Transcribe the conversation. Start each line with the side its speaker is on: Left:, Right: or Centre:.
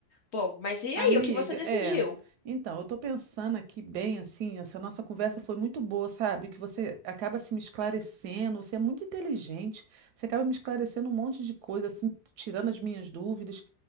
Left: Bom, mas e
Right: Amiga,
Left: aí, o que você decidiu?
Right: é. Então, eu tô pensando aqui bem assim, essa nossa conversa foi muito boa, sabe? Que você acaba se me esclarecendo, você é muito inteligente, você acaba me esclarecendo um monte de coisa, assim, tirando as minhas dúvidas